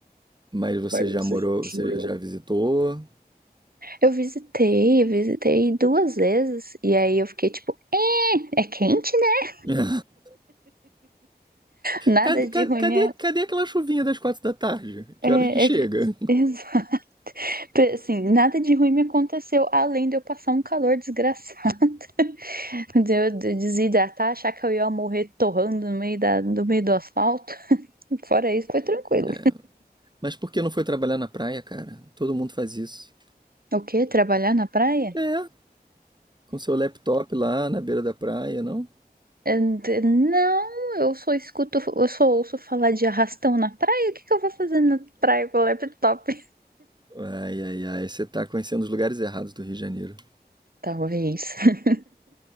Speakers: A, on the right (about 25°); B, on the right (about 60°).
A: Mas você
B: Mas
A: já
B: você
A: morou,
B: já
A: você
B: morou.
A: já visitou?
B: Eu visitei, eu visitei duas vezes, e aí eu fiquei tipo, é, é quente, né?
A: <laughs>
B: Nada
A: Cadê,
B: de ruim
A: cadê,
B: me.
A: cadê, aquela chuvinha das quatro da tarde? Que
B: É,
A: horas que chega?
B: é- <laughs> Exato. Assim, nada de ruim me aconteceu, além de eu passar um calor desgraçado, <laughs> de eu desidratar, achar que eu ia morrer torrando no meio, da, no meio do asfalto. <laughs> Fora isso, foi tranquilo.
A: É, Mas por que não foi trabalhar na praia, cara? Todo mundo faz isso.
B: O quê? Trabalhar na praia?
A: É, com seu laptop lá na beira da praia, não?
B: É, Não, eu só escuto, eu só ouço falar de arrastão na praia. O que que eu vou fazer na praia com o laptop?
A: Ai, ai, ai, você tá conhecendo os lugares errados do Rio de Janeiro.
B: Talvez. <laughs>